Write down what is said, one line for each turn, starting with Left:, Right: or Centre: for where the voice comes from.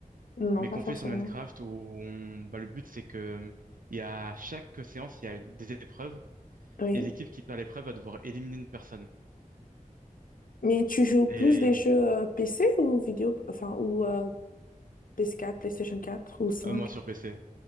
Left: Non,
Right: mais
Left: pas
Right: qu'on
Left: forcément.
Right: fait sur Minecraft où on, bah, le but, c'est que, il y a chaque séance, il y a des épreuves.
Left: Oui.
Right: Et l'équipe qui perd l'épreuve va devoir éliminer une personne.
Left: Mais tu joues plus
Right: Et
Left: des jeux euh, PC ou vidéo, enfin, ou euh, ps quatre PlayStation quatre ou 5
Right: euh, moi sur PC,